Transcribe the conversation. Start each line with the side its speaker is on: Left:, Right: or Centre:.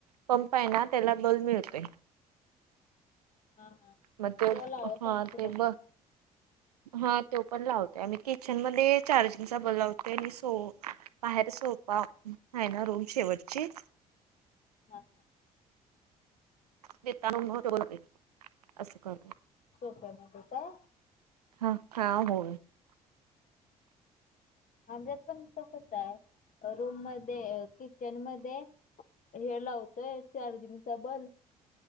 Right: पंप आहे ना त्याला बल मिळतोय.
Left: हा हा.
Right: म ते
Left: तो लावत
Right: हा
Left: असशीला
Right: ते ब
Left: की
Right: हा तो पण लावतेय आणि किचन मध्ये चार्जिंग चा बल लावतोय आणि सो बाहेर सोपा आहे ना रूम शेवटची
Left: हा हा.
Right: निता <unintelligible> असं कर
Left: सोप्यामध्ये काय?
Right: हा हा होय.
Left: आमच्यात पण तसच आय रूम मध्ये किचन मध्ये हे लावतोय चार्जिंगचा बल